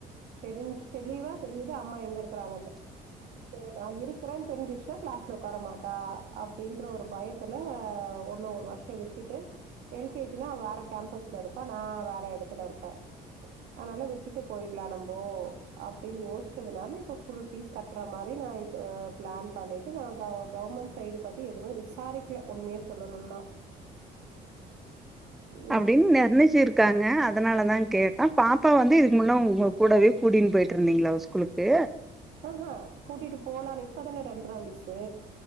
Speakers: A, on the right; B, in the centre.
A: தெரிஞ் தெளிவா தெரியுது அம்மா எங்க இருக்றாங்கன்ட்டு சோ நா இருக்றன் தெரிஞ்ருச் கிளாஸ்ல உக்கார மாட்டா அப்டின்ற ஒரு பயத்துல ஒன்ன ஒரு வருஷ விட்டுட்டு எல் கே ஜி னா அவ வேற கேம்பஸ்ல இருப்பா நா வேற எடத்துல இருப்ப அதனால விட்டுட்டு போயிடலா நம்போ அப்டினு யோசிச்சதுனால இப்ப ஃபுல் ஃபீஸ் கட்றா மாரி இப்ப பிளான் பண்ணிட்டு நா க கவர்மெண்ட் சைடு பத்தி எதுவு விசாரிக்கல உண்மைய சொல்லணுனா ம்
B: அப்டினு நிர்ணச்சிருக்காங்க அதனால தா கேட்டே பாப்பா வந்து இதுக்கு முன்ன உங்க கூடவே கூட்டினு போய்ட்ருந்திங்ளா ஸ்கூலுக்கு
A: ஆ ஹா கூட்டிட்டு போலானு இப்பதான ரெண்ட்ற வயசு